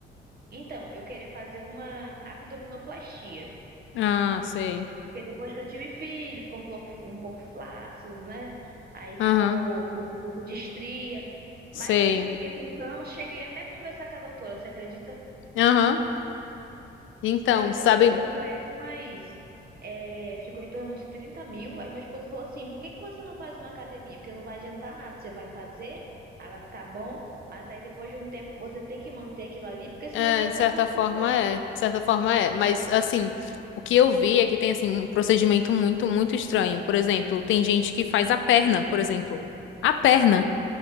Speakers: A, on the right; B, on the left.
A: Então, eu queria fazer uma abdominoplastia.
B: Ah, sei.
A: Porque depois que eu tive filho, ficou um pouco, um pouco flácido, né? Aí ficou,
B: Aham,
A: ficou um pouco de estria.
B: sei.
A: Mas aí eu fiquei pensando, cheguei até a conversar com a doutora, você acredita?
B: Aham. Então,
A: Daí conversei
B: sabe.
A: com ela, mas é, ficou em torno de trinta mil. Aí meu esposo falou assim: por que que você não faz uma academia? Porque não vai adiantar nada, você vai fazer, aí vai ficar bom, mas aí depois de um tempo você tem que manter aquilo ali, porque senão
B: É,
A: volta
B: de certa
A: tudo
B: forma
A: depois.
B: é, de certa forma é, mas assim, o que eu vi é que tem assim um procedimento muito, muito estranho. Por exemplo, tem gente que faz a perna, por exemplo. A perna.